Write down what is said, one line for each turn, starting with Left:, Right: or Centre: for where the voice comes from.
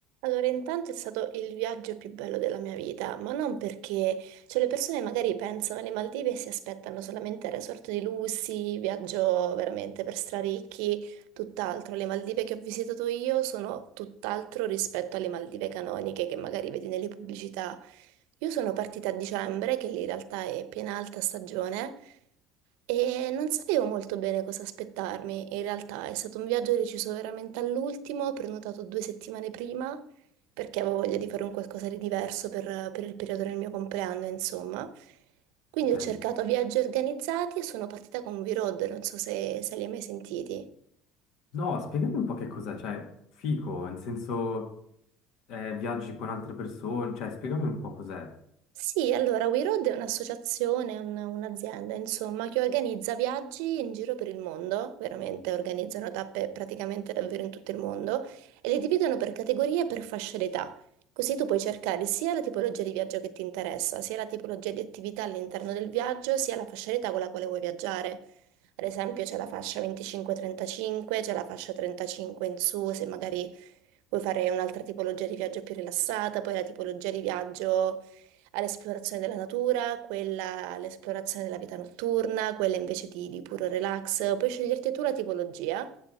Right: Allora, intanto è stato il viaggio più bello della mia vita, ma non perché, cioè le persone magari pensano alle Maldive e si aspettano solamente il resort di lussi, viaggio veramente per straricchi, tutt'altro. Le Maldive che ho visitato io sono tutt'altro rispetto alle Maldive canoniche che magari vedi nelle pubblicità. Io sono partita a dicembre, che lì in realtà è piena alta stagione, e non sapevo molto bene cosa aspettarmi. In realtà è stato un viaggio deciso veramente all'ultimo, prenotato due settimane prima, perché avevo voglia di fare un qualcosa di diverso per, per il periodo del mio compleanno, insomma. Quindi
Left: ok?
Right: ho cercato viaggi organizzati e sono partita con V-Road, non so se, se li hai mai sentiti.
Left: No, spiegami un po' che cos'è, cioè, fico, nel senso, eh, viaggi con altre persone, cioè, spiegami un po' cos'è.
Right: Sì, allora We Road è un'associazione, un- un'azienda, insomma, che organizza viaggi in giro per il mondo, veramente organizzano tappe praticamente davvero in tutto il mondo e le dividono per categorie e per fasce d'età. Così tu puoi cercare sia la tipologia di viaggio che ti interessa, sia la tipologia di attività all'interno del viaggio, sia la fascia d'età con la quale vuoi viaggiare. Ad esempio c'è la fascia 25-35, c'è la fascia 35 in su, se magari vuoi fare un'altra tipologia di viaggio più rilassata, poi la tipologia di viaggio all'esplorazione della natura, quella all'esplorazione della vita notturna, quella invece di, di puro relax. Puoi sceglierti tu la tipologia.